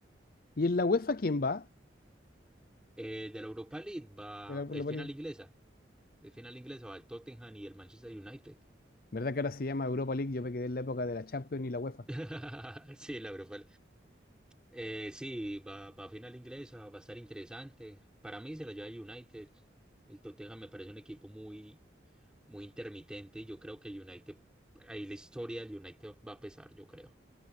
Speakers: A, on the left (about 50°); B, in the centre.
A: ¿Y en la UEFA quién va?
B: Eh, de la Europa League va,
A: Ya la-
B: es
A: la-
B: final inglesa. Es final inglesa va el Tottenham y el Manchester United.
A: ¿Verdad que ahora se llama Europa League? Yo me quedé en la época de la Champions y la UEFA.
B: <laughs> Sí, la Europa. Eh, sí, va, va a final inglesa, va a estar interesante. Para mí se la lleva el United. El Tottenham me parece un equipo muy, muy intermitente y yo creo que el United, ahí la historia del United va a pesar, yo creo.